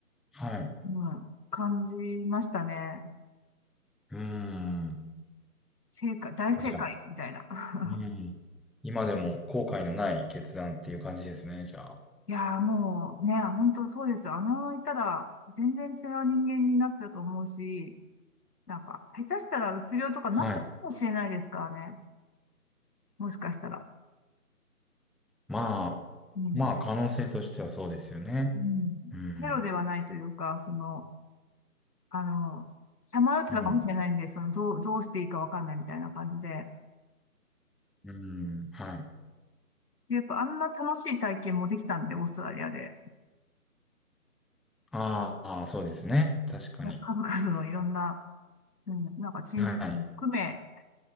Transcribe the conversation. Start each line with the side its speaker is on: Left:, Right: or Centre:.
Centre: はい。
Left: うん、感じましたね。
Centre: うーん。
Left: 正解、大正解みたいな。
Centre: じゃあ
Left: <laughs>
Centre: うん。今でも後悔のない決断っていう感じですね、じゃあ。
Left: いやーもうね、本当そうですよ。あのままいたら全然違う人間になってたと思うし、なんか下手したらうつ病とかなったかもしれないですからね。
Centre: はい。
Left: もしかしたら。
Centre: まあ、
Left: うん。
Centre: まあ、可能性としてはそうですよね。
Left: うん。
Centre: うん。
Left: ゼロではないというか、その、あの、さまよってたかもしれないんで、
Centre: うん。
Left: その、どう、どうしていいかわかんないみたいな感じで。
Centre: うん。はい。
Left: でやっぱあんな楽しい体験もできたんで、オーストラリアで。
Centre: ああ、そうですね。確かに。
Left: 数々のいろんな、うん、なんか珍事件含め、
Centre: はい。